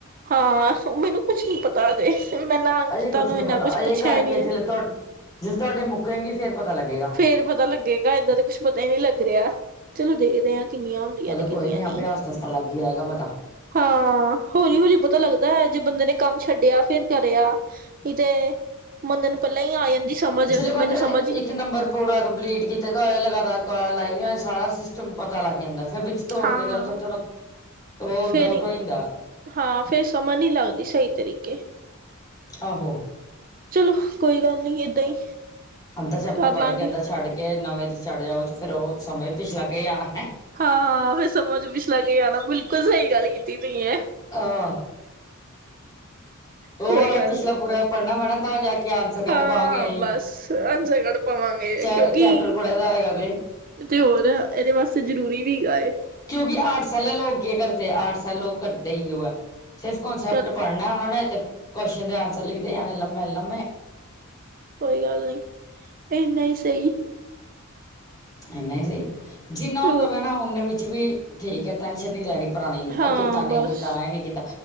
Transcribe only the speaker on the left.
ਅਜੇ ਕੁਛ
ਨਹੀਂ
ਪਤਾ
ਅਜੇ
ਕਰਕੇ
ਜਿਲੇ ਤੁਹਾ ਜਿਲੇ ਤੁਹਾਡੇ ਮੁੱਕੇਗੀ ਫੇਰ ਪਤਾ ਲੱਗੇਗਾ
ਚਲੋ
ਕੋਈ ਨੀ
ਆਪੇ ਆਸਤਾ ਆਸਤਾ ਲੱਗ ਹੀ ਆਏਗਾ ਪਤਾ।
ਜਿ ਬੰਦੇ
ਨੇ
ਇੱਕ ਨੰਬਰ ਪੂਰਾ ਕੰਪਲੀਟ ਕੀਤਾ, ਲਗਾਤਾਰ ਕਾਲ ਲਾਈਆਂ ਹੋਏ ਸਾਰਾ ਸਿਸਟਮ ਪਤਾ ਲੱਗ ਜਾਂਦਾ ਫਿਰ ਵਿੱਚ ਤੋੜ
ਕੇ ਕਰ ਥੋੜਾ ਥੋੜਾ, ਉਹ
ਡਾਊਟ ਹੋ ਜਾਂਦਾ,
ਆਹੋ,
ਅੱਧਾ ਚੈਪਟਰ
ਪੜ੍ਹ
ਕੇ ਅੱਧਾ ਛੱਡ ਕੇ ਨਵੇਂ ਤੇ ਛੜ੍ਹ ਜਾਓ ਤੇ ਫਿਰ ਉਹ ਸਮਾਂ ਪਿਛਲਾ ਕੇ ਜਾਣਾ,
ਆਹ, ਉਹ
ਵਾਲਾ
ਪਿਛਲਾ
ਪੂਰਾ ਪੜ੍ਹਨਾ ਪੈਣਾ ਤਾਂ ਜਾ ਕੇ ਆਂਸਰ
ਕੱਢ ਪਾਗੇ ਅਸੀਂ,
ਚ
ਚੈਪਟਰ ਪੜ੍ਹੇ ਦਾ ਹੈਗਾ ਤੇ,
ਕਿਉਂਕਿ, ਆਰਟਸ ਵਾਲੇ ਲੋਕ, ਕੀ ਕਰਦੇ, ਆਰਟਸ ਵਾਲੇ ਲੋਕ ਕਰਦੇ, ਈ ਇਹੀਓ ਆ। ਸਿਰਫ, ਕੰਸੈਪਟ
ਪੜ੍ਹਨਾ ਉਹਨਾਂ ਨੇ ਤੇ, ਕੋਸ਼ਚਨ ਦੇ ਆਂਸਰ ਲਿਖਦੇ ਆ, ਐੰਵੇ ਲੰਮੇ -ਲੰਮੇ
ਇੰਨਾ ਹੀ ਸਹੀ, ਜਿੰਨਾ
ਹੁੰਦਾ
ਪਿਆ ਨਾ, ਉਨੇ ਵਿੱਚ ਵੀ। ਠੀਕ ਹੈ, ਟੈਂਨਸ਼ਨ ਨਹੀਂ ਲੈਣੀ ਪੁਰਾਣੀ,
ਕੀਤਾ ਨਹੀਂ
ਕੀਤਾ, ਇਹ ਨਹੀਂ ਕੀਤਾ।